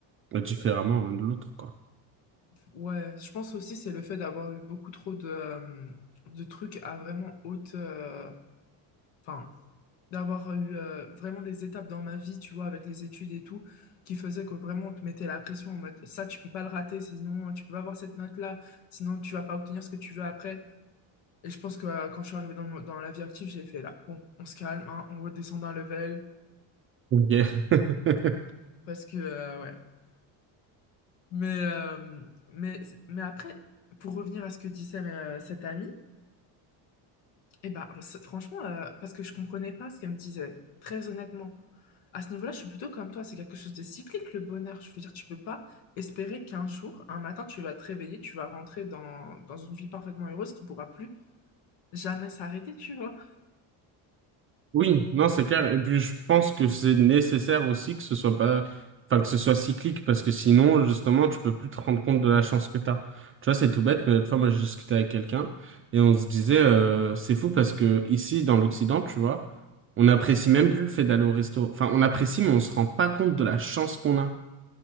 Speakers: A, on the right; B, on the left.
A: différemment l'un de l'autre, quoi.
B: Ouais, je pense aussi c'est le fait d'avoir eu beaucoup trop de, euh, de trucs à vraiment haute... euh, Enfin, d'avoir euh, eu euh, vraiment des étapes dans ma vie, tu vois, avec les études et tout, qui faisaient que vraiment on te mettait la pression en mode ça, tu peux pas le rater, sinon euh, tu peux pas avoir cette note-là, sinon tu vas pas obtenir ce que tu veux après. Et je pense que euh, quand je suis arrivée dans, le- dans la vie active, j'ai fait là, bon, on se calme, hein, on redescend d'un level,
A: Ok. <laughs>
B: parce que, euh, ouais. Mais, euh, mais, mais après, pour revenir à ce que disait euh, cette amie, Et bah, c'est- franchement, euh, parce que je comprenais pas ce qu'elle me disait, très honnêtement. À ce niveau-là, je suis plutôt comme toi, c'est quelque chose de cyclique, le bonheur. Je veux dire, tu peux pas espérer qu'un jour, un matin, tu vas te réveiller, tu vas rentrer dans, dans une vie parfaitement heureuse qui pourra plus jamais s'arrêter, tu vois.
A: Oui, non, c'est clair. Et puis, je pense que c'est nécessaire aussi que ce soit pas, enfin, que ce soit cyclique, parce que sinon, justement, tu peux plus te rendre compte de la chance que t'as. Tu vois, c'est tout bête, mais l'autre fois, moi, je discutais avec quelqu'un et on se disait, euh, c'est fou parce que ici, dans l'Occident, tu vois, on n'apprécie même plus le fait d'aller au resto. Enfin, on apprécie, mais on se rend pas compte de la chance qu'on a.